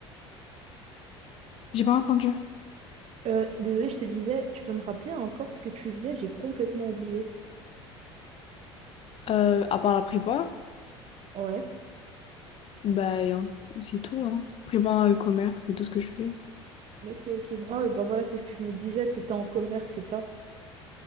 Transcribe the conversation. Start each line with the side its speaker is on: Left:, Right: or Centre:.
Left: J'ai pas entendu.
Right: Euh, désolée, je te disais, tu peux me rappeler encore ce que tu faisais? J'ai complètement oublié.
Left: Euh, à part la prépa.
Right: Ouais.
Left: Bah, hein, c'est tout, hein. Prépa euh, commerce, c'est tout ce que je fais.
Right: Ok, ok. Ah, bah voilà, c'est ce que je me disais. T'étais en commerce, c'est ça?